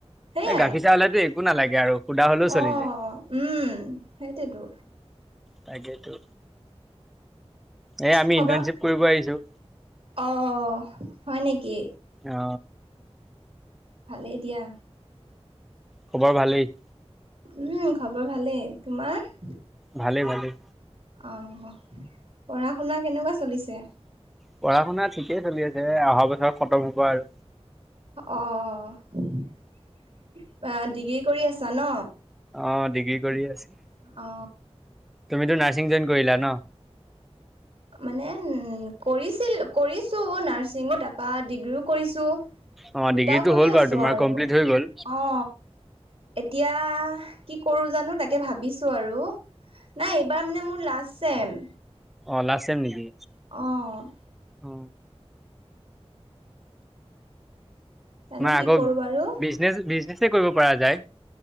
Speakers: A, on the right; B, in the centre.
A: সেইয়াই।
B: এই গাখীৰ চাহ হলেতো একো নালাগে আৰু সুদা হলেও
A: অ',
B: চলি যায়।
A: উম সেইটোৱে তো।
B: তাকেইতো। এই আমি
A: খবৰ
B: ইণ্টাৰ্ণশ্বিপ কৰিব আহিছো।
A: অ হয় নেকি?
B: অ
A: ভালেই দিয়া।
B: খবৰ ভালেই?
A: উম খবৰ ভালেই, তোমাৰ?
B: ভালেই ভালেই।
A: অঁ পঢ়াশুনা কেনেকুৱা চলিছে?
B: পঢ়াশুনা ঠিকেই চলি আছে এ আহা বছৰ খতম হ'ব আৰু।
A: অ আহ ডিগ্ৰী কৰি আছা ন?
B: অ ডিগ্ৰী কৰিয়ে আছে।
A: অ।
B: তুমিতো নাৰ্চিং জইন
A: ভাল
B: কৰিলা
A: দেই।
B: ন?
A: মানে উন কৰিছিল কৰিছো নাৰ্ছিঙো তাৰপা ডিগ্ৰীও কৰিছো,
B: অ ডিগ্ৰীটো
A: দুটাও কৰি
B: হ'ল বাৰু
A: আছো
B: তোমাৰ
A: আৰু,
B: কমপ্লিট হৈ গ'ল
A: অ। এতিয়া কি কৰো জানো তাকে ভাবিছো আৰু। নাই, এইবাৰ মানে মোৰ লাষ্ট ছেম।
B: অ', লাষ্ট চেম নেকি?
A: অ'।
B: অ।
A: জানো
B: নাই
A: কি
B: আকৌ
A: কৰো বাৰু
B: বিজনেচ বিজনেছে কৰিব পৰা যায়।